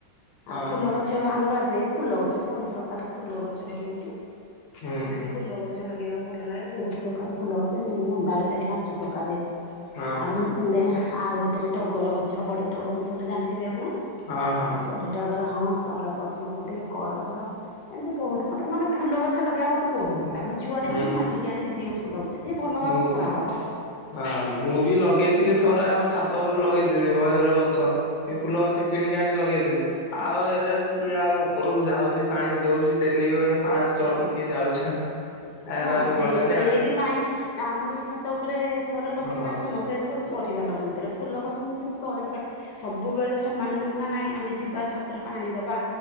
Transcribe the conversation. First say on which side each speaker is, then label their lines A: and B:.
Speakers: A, on the left; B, on the left.
A: ହଁ
B: ଆଉ ଫୁଲ
A: ହଁ
B: ଗଛ ଆମ ବାରିରେ। ଫୁଲ ଗଛ ବହୁ ପ୍ରକାର ଫୁଲ ଗଛ ଲଗେଇଛୁ।
A: ହୁଁ
B: ମତେ
A: ହୁଁ।
B: ଫୁଲ ଗଛ ଲଗେଇବାକୁ ଭଲ ଲାଗେ ବହୁତ ପ୍ରକାର ଫୁଲ ଗଛ ମ ମନ୍ଦାରେ ଚାରି ପାଞ୍ଚ ପ୍ରକାର।
A: ହଁ
B: ଆଉଲେ
A: ହଁ
B: ଆଉ। ଏଥିରେ ଟଗର ଗଛ ଆଉ ବଡ ଟଗର ଫୁଲ ଜାଣିଥିବେ ଆପଣ
A: ହଁ ହଁ।
B: ବଢ଼େ। ଟକର ହଁ ସ୍ଥଳ ପଦ୍ମ ଗୋଟେ କରବୀର ଏମିତି ବହୁତ ମତେ ମାନେ ଫୁଲ ଗଛ ଲଗେଇବା ମତେ ବହୁତ। ଭଲ ଲାଗେ ମୁଁ ଯୁଆଡେ
A: ହୁଁ ହୁଁ
B: ଯିବି ମାଗିକି ଆଣିବି ଦିଅ ଫୁଲ ଗଛ ଯିଏ ଭଲ
A: ମୁଁ
B: ଭାବୁ ଖରାପ ହବ।
A: ହଁ ମୁଁ ବି ଲଗେଇଥିଲି ଥରେ ଆମ ଛାତ ଉପୁର ଲଗେଇଥିଲି ବୟର ଗଛ କି। ଫୁଲ ଗଛ କିଣିକି ଆଣି ଲଗେଇଥିଲି। ଆଉ ଏରେ କିଏ ଆଉ ଉପରକୁ ଯାଉଛି ପାଣି ଦଉଛି ଡେଲି ପା ଚଢିକି ଯାଉଛି ଆଉ। ହେରା
B: ହଁ
A: ଆଉ
B: ସେଇ
A: ଗଲାନି
B: ସେଇ।
A: ଆଉ
B: ପାଇଁ ଆମର ବି ଛାତ ଉପରେ ଥରେ ଲଗେଇଲେ
A: ହଁ।
B: ମାନେ ସମସ୍ତେ ଯେତେବେଳେ ପରିବା ଲଗଉଥିଲେ ଫୁଲ ଗଛ ମୁଁ କିନ୍ତୁ ତଳେ ଲଗାଏ ସବୁବେଳେ ସମାନ ନୁହେଁନା ନାହିଁ ଆମେ ଯିବା ଛାତରେ ପାଣି ଦେବା